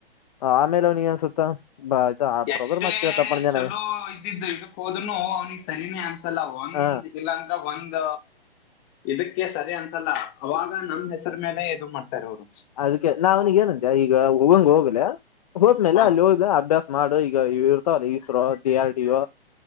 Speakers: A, on the left (about 40°); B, on the left (about 25°).
A: ಆಮೇಲೆ ಅವನಿಗೆ ಸುತ್ತ ಬ ಆಯ್ತಾ ಆ ಬ್ರದರ್
B: ಎಷ್ಟೇ
A: ಮಾತ್ ಕೇಳ್ತಪ್ಪ ಅಂದೆ
B: ಚಲೋ
A: ನಾ
B: ಇದ್ದಿದ್ದು ಇದಕ್ ಹೋದ್ನು ಅವ್ನಿಿಗೆ ಸರಿನೇ ಅಂತ ಸಲ್ಲ ಒಂದ್
A: ಹ
B: ಇಲ್ಲಾ ಅಂದ್ರೆ ಒಂದ ಇದಕ್ಕೆ ಸರಿ ಅನ್ ಅಲ್ಲ ಅವಾಗ ನಮ್ ಹೆಸರ ಮೇಲೆ ಎದು ಮಾಡ್ತಾರೆ ಅವ್ರು
A: ಅದಕ್ಕೆ ನಾವ್ನಿಗೆ ಏನಂತೆ ಈಗ ಹೋಗಂಗ್ ಹೋಗ್ಲ ಹೋದ್ಮೇಲೆ
B: ಹಾ
A: ಅಲ್ಲಿ ಹೋಗ ಅಭ್ಯಾಸ ಮಾಡು ಈ ಈಗ ಇ ಇರ್ತಾವಲ್ಲ ಇಸ್ರೋ ಡಿ ಆರ್ ಡಿ ಯ